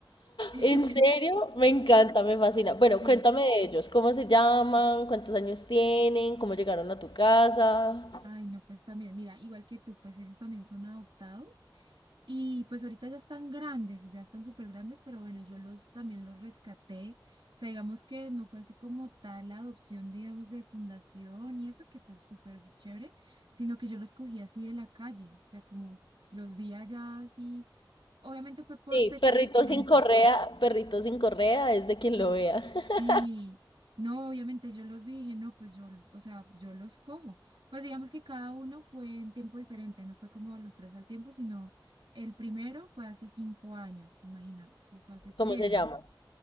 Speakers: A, on the right; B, on the left.
A: <laughs>
B: ¿En serio? Me encanta, me fascina. Bueno,
A: Sí.
B: cuéntame de ellos. ¿Cómo se llaman? ¿Cuántos años tienen? ¿Cómo llegaron a tu casa?
A: Ay, no, pues también, mira, igual que tú, pues ellos también son adoptados y pues ahorita ya están grandes, ya están súper grandes, pero bueno, yo los también los rescaté. O sea, digamos que no fue así como tal la adopción, digamos, de fundación y eso, que pues súper chévere, sino que yo los cogí así de la calle, o sea, como los vi allá así, obviamente fue por
B: Sí,
A: fechas
B: perrito
A: diferentes.
B: sin correa, perrito sin correa es de quien lo vea. <laughs>
A: Sí, no, obviamente yo los vi y dije, no, pues yo, o sea, yo los cojo. Pues digamos que cada uno fue en tiempo diferente, no fue como los tres al tiempo, sino el primero fue hace cinco años, imagínate, eso fue hace tiempo.
B: ¿Cómo se llama?